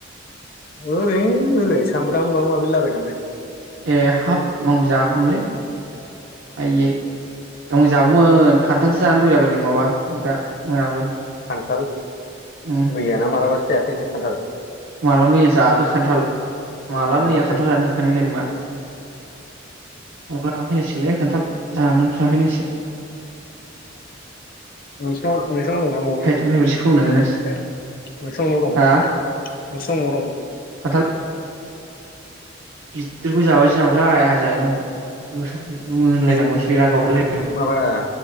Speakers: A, on the left (about 50°); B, on the right (about 80°).
A: ओरैनो ओरै सामब्राम बालु लाबायनानै
B: ए हाफ मं जागैमोनलै। आइयै आंबो जागौमोन। खान्थालसो जानो लुबैलाबायदों माबा दा मोनाबो।
A: खान्थाल
B: उम
A: मैया ना मालाबा जायाखै नोंसोर खान्थाल?
B: माला मैया जाखो खान्थाल माला
A: मैयाना
B: मैया
A: दाख्लै
B: खान्थाल जानाय नुखो नों जेनेबा। नआव लाना फैनां सिगोनलै खान्थाल। जानो जाफैनांसि
A: मानिसा मोननाव फै।
B: थाइथाम थाइब्रैसो फोमोनना दोननांसिगोन
A: दंना न'आवनो नोंसानावनो दं
B: हा
A: नोंसिनाव न' आव दं।
B: खान्थाल गिदिरखौ जाबायसै नामाथाय आंहा जाहैनांगौमोन गोथावखौ। मोनलायलांबायसो
A: बे
B: गावब्रालायबाय।
A: माबा दा